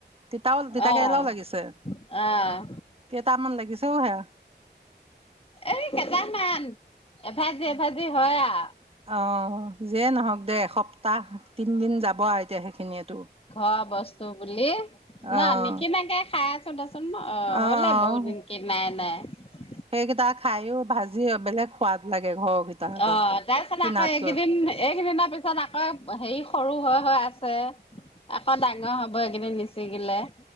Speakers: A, on the right (about 30°); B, on the left (about 30°).
A: তিতাও তিতা
B: অ'
A: কেৰেলাও লাগিছে।
B: অ'
A: কেটা মান লাগিছে অ' হে।
B: এ কেইটামান। এভাজি-এভাজি হয় আ'
A: অঁ যিয়ে নহওক দে। সপ্তাহ তিনিদিন যাব আৰু এতিয়া সেই <unintelligible>
B: ঘৰ বস্তু বুলি ন
A: অঁ
B: নিকিনাকে খায়। চা <inaudible> অ' হ'লে
A: অঁ
B: বহুত দিন কি নাই-নাই। <unintelligible>
A: সেইকেইটা খাইও ভাজি বেলেগ সোৱাদ লাগে। ঘৰৰকেইটা আকৌ
B: অ' তাৰপিছত
A: কিনাতকৈ
B: আকৌ এইকেইদিন এইকেইদিনৰ পিছত আকৌ হেৰি সৰু হৈ-হৈ আছে আকৌ ডাঙৰ হব সেইকি নিচিগিলে।